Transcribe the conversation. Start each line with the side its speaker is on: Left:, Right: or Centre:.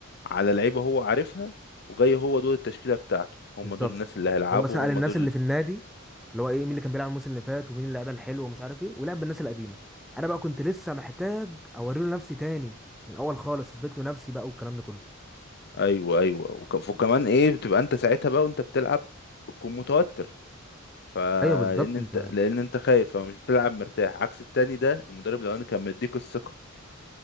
Left: على لعيبة هو عارفها وجاي هو دول التشكيلة بتاعته هم
Centre: بالظبط
Left: دول الناس اللي هيلعبوا
Centre: هو سأل
Left: هم
Centre: الناس
Left: دول
Centre: اللي في النادي اللي هو ايه مين اللي كان بيلعب الموسم اللي فات ومين اللعيبه الحلوه ومش عارف ايه ولعب بالناس القديمه انا بقى كنت لسه محتاج اوري له نفسي تاني من الاول خالص اثبت له نفسي بقى والكلام ده كله
Left: أيوه أيوه وك- وكمان إيه بتبقى أنت ساعتها بقى وأنت بتلعب بتكون متوتر فلأن
Centre: ايوه بالظبط
Left: أنت
Centre: انت
Left: لأن أنت خايف فمش بتلعب مرتاح عكس التاني ده المدرب الأولاني كان مديك الثقة